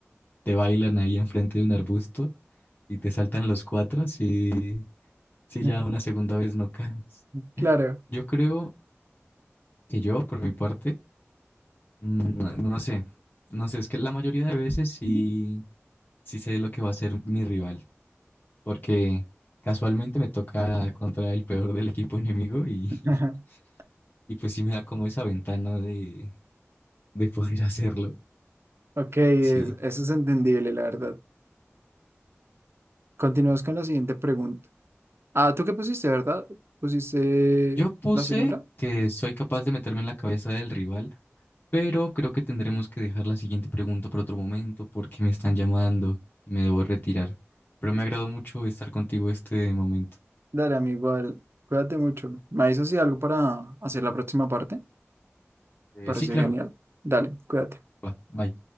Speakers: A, on the left; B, on the right.
A: te bailan ahí enfrente de un arbusto y te saltan los cuatro, sí, sí
B: <laughs>
A: ya una segunda vez no caes.
B: Claro.
A: Yo creo que yo, por mi parte, mm, no, no sé, no sé, es que la mayoría de veces sí, sí sé lo que va a ser mi rival, porque casualmente me toca contra el peor del equipo enemigo y,
B: <laughs>
A: <laughs> y pues sí me da como esa ventana de, de poder <laughs> hacerlo,
B: Ok, es-
A: sí.
B: eso es entendible, la verdad. Continuamos con la siguiente pregunta. Ah, ¿tú qué pusiste, verdad? ¿Pusiste
A: Yo puse
B: la segunda?
A: que soy capaz de meterme en la cabeza del rival, pero creo que tendremos que dejar la siguiente pregunta por otro momento porque me están llamando y me debo retirar. Pero me agradó mucho estar contigo este momento.
B: Dale, amigo, igual. Cuídate mucho. ¿Me avisas si hay algo para hacer la próxima parte?
A: Eh,
B: Parece
A: sí, claro.
B: genial. Dale, cuídate.
A: Va, bye.